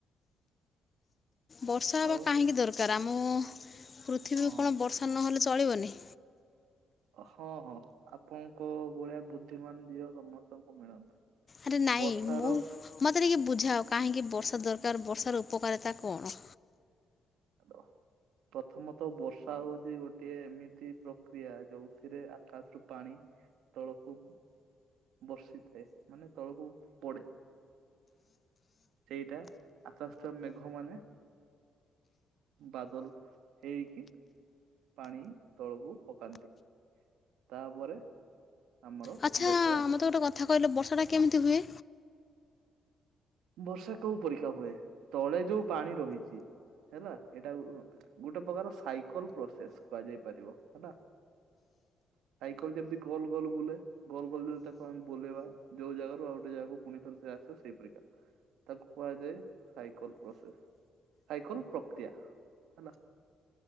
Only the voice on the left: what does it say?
ବର୍ଷା ହେବା
କାହିଁକି ଦରକାର ଆମ ପୃଥିବୀକୁ
କଣ ବର୍ଷା ନହେଲେ ଚଳିବନି।
ଆରେ ନାଇଁ
ମୁଁ ମତେ ଟିକେ ବୁଝାଅ କାହିଁକି ବର୍ଷା ଦର କାର ବର୍ଷାର ଉପକାରିତା କଣ?
ଆଚ୍ଛା
ମୋତେ ଗୋଟେ କଥା କହିଲୁ ବର୍ଷାଟା କେମିତି ହୁଏ?